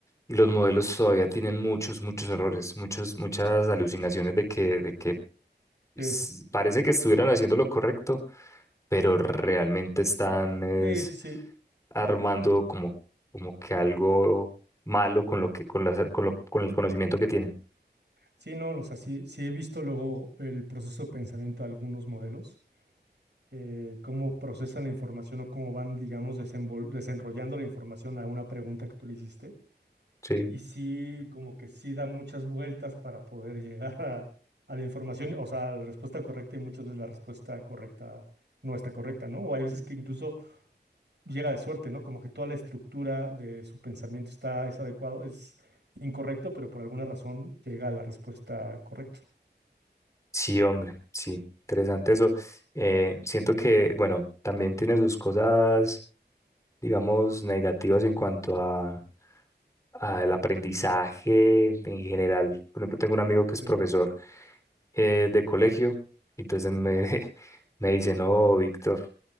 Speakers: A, on the left; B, on the right.
A: y los modelos todavía tienen muchos, muchos errores, muchos, muchas alucinaciones de que, de que s-
B: sí,
A: parece que estuvieran haciendo lo correcto, pero realmente están es,
B: sí, sí.
A: armando como, como que algo malo con lo que, con la, con lo- con el conocimiento que tienen.
B: Sí, no, o sea, sí, sí he visto luego el proceso de pensamiento de algunos modelos, eh, cómo procesan la información o cómo van, digamos, desenvol- desenrollando la información a una pregunta que tú le hiciste.
A: Sí.
B: Y sí, como que sí da muchas vueltas para poder <laughs> llegar a, a la información, o sea, a la respuesta correcta y muchas veces la respuesta correcta no está correcta, ¿no? O hay veces que incluso llega de suerte, ¿no? Como que toda la estructura de su pensamiento está, es adecuado, es incorrecto, pero por alguna razón llega a la respuesta correcta.
A: Sí, hombre, sí, interesante eso. Eh, siento que, bueno, también tiene sus cosas, digamos, negativas en cuanto a, a el aprendizaje en general. Por ejemplo, tengo un amigo que
B: Sí.
A: es profesor eh, de colegio, y entonces me, <laughs> me dice, no, Víctor,